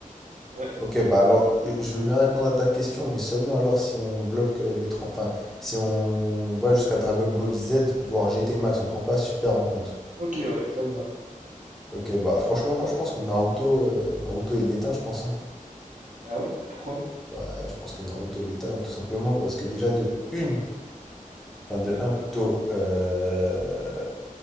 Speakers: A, on the right (about 60°); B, in the centre.
A: Ouais,
B: Ok, bah alors euh, je veux bien répondre à ta question, mais seulement alors si on bloque euh, les trente, Enfin, si on va jusqu'à Dragon Ball Z, voire GT Max, on prend pas Super en compte.
A: ok, ouais, ça me va.
B: Ok, bah franchement, moi je pense que Naruto, euh, Naruto il l'éteint, je pense. hein.
A: Ah ouais? Pourquoi?
B: Ouais, je pense que Naruto l'éteint, tout simplement parce que déjà de une, enfin de un plutôt, euh,